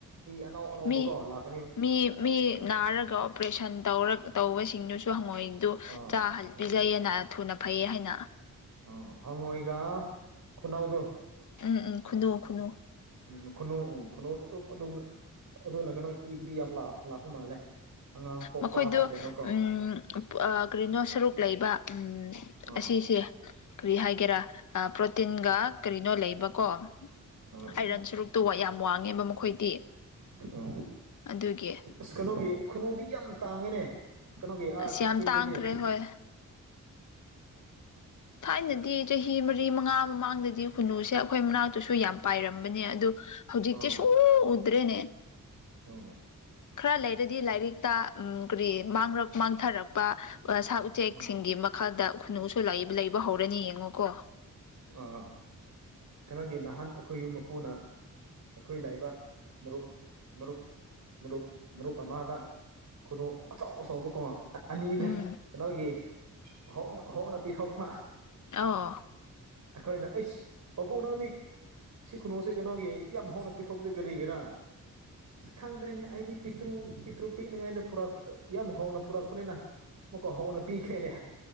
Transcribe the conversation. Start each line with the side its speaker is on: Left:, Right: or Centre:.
Right: ꯑꯅꯧ ꯑꯅꯧꯕꯒ
Left: ꯃꯤ
Right: ꯂꯥꯛ
Left: ꯃꯤ ꯃꯤ ꯅꯥꯔꯒ ꯑꯣꯄꯔꯦꯁꯟ ꯇꯧꯔ ꯇꯧꯕꯁꯤꯡꯗꯨꯁꯨ ꯍꯪꯉꯣꯏꯗꯨ
Right: ꯑꯥ
Left: ꯆꯥꯍꯜꯂꯤ ꯄꯤꯖꯩꯌꯦꯅ
Right: ꯑꯥ
Left: ꯊꯨꯅ ꯐꯩꯌꯦ ꯍꯥꯏꯅ
Right: ꯑ ꯍꯪꯉꯣ ꯑꯩꯒ ꯈꯨꯅꯥꯎꯗꯨ
Left: ꯎꯝ ꯎꯝ ꯈꯨꯗꯣ ꯈꯨꯗꯣ
Right: ꯎꯝ ꯈꯨꯅꯨ ꯎꯝ ꯈꯨꯟꯅꯨꯗ ꯑꯗꯨꯝ ꯑꯗꯨꯝ ꯑꯗꯨꯅ ꯀꯩꯅꯣ ꯏꯕꯨꯗꯤ ꯌꯥꯝ ꯂꯥꯛꯄ ꯃꯥꯜꯂꯦ ꯑꯉꯥꯡ ꯄꯣꯛꯄ
Left: ꯃꯈꯣꯏꯗ
Right: ꯀꯩ ꯀꯩꯅꯣ ꯀꯣ
Left: ꯎꯝ ꯀꯔꯤꯅꯣ ꯁꯔꯨꯛ ꯂꯩꯕ ꯎꯝ
Right: ꯑꯥ
Left: ꯑꯁꯤꯁꯦ ꯀꯔꯤ ꯍꯥꯏꯒꯦꯔꯥ ꯄ꯭ꯔꯣꯇꯤꯟꯒ ꯀꯔꯤꯅꯣ ꯂꯩꯕꯀꯣ
Right: ꯎꯝ ꯎꯝ
Left: ꯑꯥꯏꯔꯟ ꯁꯔꯨꯛꯇꯨ ꯋꯥ ꯌꯥꯝ ꯋꯥꯡꯉꯦꯕ ꯃꯈꯣꯏꯗꯤ
Right: ꯎꯝ
Left: ꯑꯗꯨꯒꯤ
Right: ꯑꯁ ꯀꯩꯅꯣꯒꯤ ꯈꯨꯅꯨꯗꯤ ꯌꯥꯝ ꯇꯥꯡꯉꯤꯅꯦ ꯀꯩꯅꯣꯒꯤ ꯑ
Left: ꯑꯁ ꯌꯥꯝ
Right: ꯆꯤꯡꯗꯗꯤ
Left: ꯇꯥꯡꯈ꯭ꯔꯦ ꯍꯣꯏ ꯊꯥꯏꯅꯗꯤ ꯆꯍꯤ ꯃꯔꯤ ꯃꯉꯥ ꯃꯃꯥꯡꯗꯗꯤ ꯈꯨꯟꯅꯨꯁꯦ ꯑꯩꯈꯣꯏ ꯃꯅꯥꯛꯛꯇ ꯑꯗꯨꯁꯨ ꯌꯥꯝ ꯄꯥꯏꯔꯝꯕꯅꯦ ꯑꯗꯨ ꯍꯧꯖꯤꯛꯇꯤ
Right: ꯑꯥ
Left: ꯁꯨ ꯎꯗ꯭ꯔꯦꯅꯦ
Right: ꯎꯝ
Left: ꯈꯔ ꯂꯩꯔꯗꯤ ꯂꯥꯏꯔꯤꯛꯇ ꯀꯔꯤ ꯃꯥꯡꯔꯛ ꯃꯥꯡꯊꯔꯛꯄ ꯁꯥ ꯎꯆꯦꯛꯁꯤꯡꯒꯤ
Right: ꯎꯝ
Left: ꯃꯈꯜꯗ ꯈꯨꯅꯨꯁꯨ ꯂꯩꯕ ꯍꯧꯔꯅꯤ ꯌꯦꯡꯉꯣꯀꯣ
Right: ꯑꯥ ꯀꯩꯅꯣꯒꯤ ꯅꯍꯥꯟ ꯑꯩꯈꯣꯏ ꯌꯨꯝ ꯃꯄꯨꯅ ꯑꯩꯈꯣꯏ ꯂꯥꯛꯏꯕ ꯃꯔꯨꯞ ꯃꯔꯨꯞ ꯃꯔꯨꯞ ꯃꯔꯨꯞ ꯑꯃꯗ ꯈꯨꯅꯨ ꯑꯆꯥꯎ ꯑꯆꯥꯎꯕ ꯀꯣꯡꯉ ꯑꯅꯤꯗ
Left: ꯎꯝ
Right: ꯀꯩꯅꯣꯒꯤꯣꯡ ꯍꯣꯡꯅ ꯄꯤꯊꯣꯛꯄ
Left: ꯑꯣ
Right: ꯑꯩꯈꯣꯏꯅ ꯑꯩꯁ ꯄꯥꯕꯨꯡ ꯅꯪꯗꯤ ꯁꯤ ꯈꯨꯅꯨꯁꯦ ꯀꯩꯅꯣꯒꯤ ꯌꯥꯝ ꯍꯧꯅ ꯄꯤꯊꯣꯛꯄꯁꯦ ꯀꯔꯤꯒꯤꯔꯥ ꯑ ꯈꯪꯗ꯭ꯔꯦꯅꯦ ꯑꯩꯗꯤ ꯄꯤꯇ꯭ꯔꯨ ꯄꯤꯇ꯭ꯔꯨ ꯄꯤꯛꯅꯤꯉꯥꯏꯗ ꯄꯨꯔꯛꯄ ꯌꯥꯝ ꯍꯧꯅ ꯄꯨꯔꯛꯄꯅꯤꯅ ꯃꯀꯣ ꯍꯧꯅ ꯄꯤꯈꯦꯅꯦ